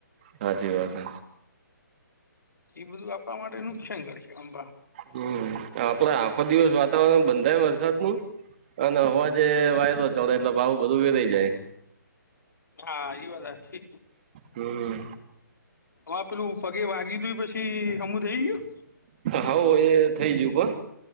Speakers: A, on the right (about 35°); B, on the left (about 75°).
A: સાાચી વાત હે
B: એ બધું આપવા માટે નુકસાન કરશે આમબા
A: હમ્મ આપડે આખો દિવસ વાતાવરણ બંધાય વરસાદ નું અને હવાજ આજે વાયદો ચડે એટલે ભાવું બધું વેરાઈ જાય,
B: હા એ વાત સાચી
A: હમ્મ
B: હ પેલું પગે વાગી તું પછી હમું થઈ ગયું,
A: હા એ થઈ ગયું